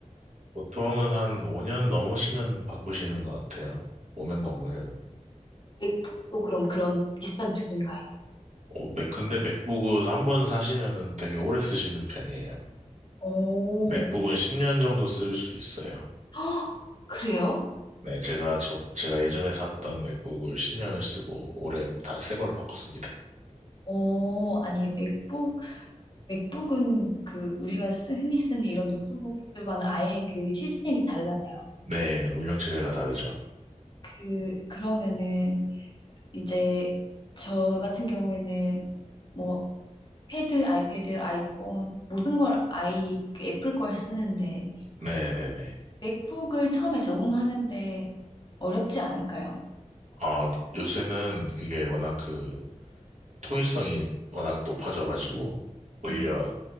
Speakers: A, on the right (about 65°); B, on the left (about 35°).
A: 보통은 한 5년 넘으시면 바꾸시는 것 같아요. 5년
B: 어,
A: 넘으면.
B: 맥북도 그럼 그런 비슷한 주기인가요?
A: 어, 맥- 근데 맥북은 한 번 사시면은 되게 오래 쓰시는 편이에요.
B: 오,
A: 맥북은 10년 정도 쓸 수 있어요.
B: <gasps> 그래요?
A: 네, 제가 저, 제가 예전에 샀던 맥북을 10년을 쓰고 올해 다 새 걸로 바꿨습니다.
B: 어, 아니, 맥북, 맥북은 그, 우리가 쓰, 흔히 쓰는 이런 노트북들과는 아예 그 시스템이 다르잖아요.
A: 네, 운영체제가 다르죠.
B: 그, 그러면은, 이제, 저 같은 경우에는, 뭐, 패드, 아이패드, 아이폰, 모든 걸 아이, 그 애플 걸 쓰는데,
A: 네네네.
B: 맥북을 처음에 적응하는데 어렵지 않을까요?
A: 아, 요새는 이게 워낙 그 통일성이 워낙 높아져가지고 오히려
B: 네,